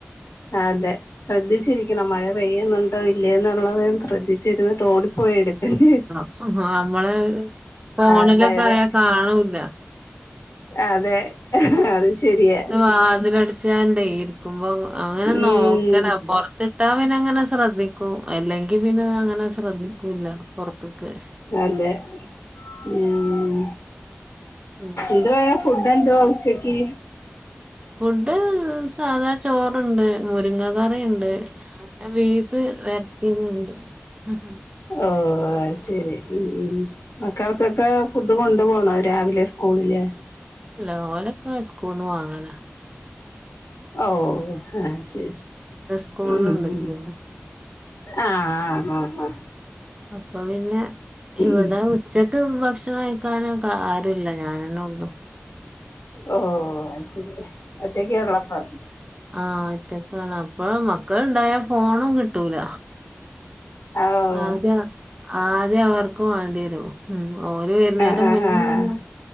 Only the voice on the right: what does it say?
ആഹ് നമ്മള് ഫോണിലൊക്കെആയ
കാണൂല്ല
വാതിലട ചാണ്ടേ ഇരിക്കുമ്പോ അങ്ങനെ
നോക്കണം പൊർത്ത്ട്ടാ പിന്നങ്ങനെ ശ്രദ്ധി അല്ലെങ്കി പിന്നെ അങ്ങനെ ശ്രദ്ധിക്കൂല്ല പുറത്തേക്ക്
ഉം
ഫുഡ് സാധാ ചോറ്ണ്ട് മുരിങ്ങകർ റിണ്ട് ബീഫ് വെററ്റിന്നണ്ട് ഹും
ഇല്ല ഓലൊക്കെ സ്കൂന്ന് വാങ്ങല
സ്കൂളിലുണ്ട്
ചോറ്
അപ്പൊ പിന്നെ ഇവിടെ
ഉച്ചക്ക് ഭക്ഷണം കഴിക്കാനൊക്കെ ആരുല്ല ഞാനന്നെ ഉള്ളു
ആഹ്‌ ഓറ്റക്കാണ് അപ്പൊ മക്കൾണ്ടായ ഫോണും കിട്ടൂല
ആദ്യ ആദ്യ അവർക്കും വണ്ടി വരും ഉം ഓര് വരുന്നേന്റെ
മുന്ന